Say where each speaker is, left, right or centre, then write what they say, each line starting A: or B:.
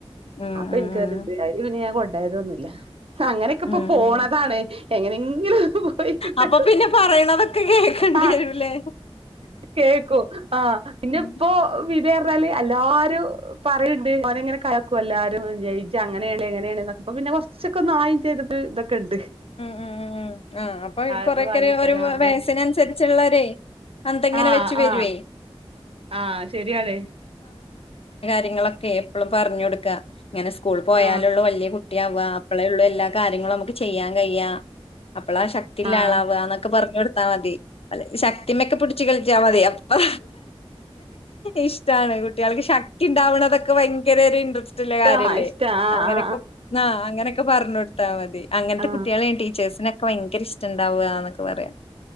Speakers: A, on the left; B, on the right.
A: ഉം
B: അപ്പൊ
A: ഉം
B: എനിക്ക് പിന്നെ അതായതൊന്നുല്ല. അങ്ങനെയൊക്കെ ഇപ്പൊ
A: ഉം
B: പോണതാണ്
A: ഉം ഉം
B: എങ്ങനെങ്കിലു പോയി കിട്ടട്ടെ
A: അപ്പൊ പിന്നെ പറയണതൊക്കെ കേക്കേണ്ടി
B: ആ
A: വരൂല്ലേ
B: കേക്കും ആ ന്നിപ്പോ
A: ഉം
B: വിലറിഞ്ഞാല് അല്ലാരും പറയ്ൽണ്ട് ഓനെങ്ങിനെ കളിയാക്കും എല്ലാരും ജയിച്ച അങ്ങനെയാണ് ഇങ്ങനെയാണന്നൊക്കപ്പ പിന്നെ കൊറച്ചൊക്കൊന്നായിം ചെയ്തിട്ട് ഇതൊക്കെണ്ട്.
A: ഉം ഉം ഉം ഉം ആ അപ്പ കൊറെ
B: ഇത് വാങ്ങിത്തരാ
A: കുറെ ഒരു
B: പറഞ്ഞ്
A: വയസ്സിനനുസരിച്ചുള്ളരെ ടെങ്ങനെ
B: ആ
A: വെച്ച് വെരുവേ.
B: ആ ആ ശെരിയാണ്
A: ര്യങ്ങളൊക്കെ എപ്പളും പർഞ്ഞൊട്ക്കാ. ഇങ്ങനെ സ്കൂൾ പോയാലൊള്ളു
B: ആ
A: വെല്ല്യെ കുട്ട്യാവാ അപ്പളെ ള്ളു എല്ലാ കാര്യങ്ങളു അമ ചെയ്യാ കയ്യാ അപ്പളാ ശക്തിള്ള
B: ആ
A: ളാവാ ന്നൊക്കെ പർഞ്ഞൊട്ത്താ മതി. അല്ല ശക്തിമെക്ക് പിടിച്ച് കയറ്റ്യാ മതി അപ്പ ഇഷ്ടാണ് കുട്ട്യൾക്ക് ശ ക്തിണ്ടാവണതൊക്കെ വയങ്കരൊര് ഇൻട്രെസ് റ്റ്ല്ലേ കാര്യല്ലേ
B: ആ ഇഷ്ട ആ
A: അങ്ങനൊക്കെ
B: ആ
A: ആ അങ്ങനൊക്കെ പർഞ്ഞൊട്ത്താ മതി അങ്ങൻത്തെ
B: ആ
A: കു ട്ട്യാളേം ടീച്ചേഴ്സി വയങ്കര ഇഷ്ടണ്ടാവാന്നൊക്കെ പറ്യാ.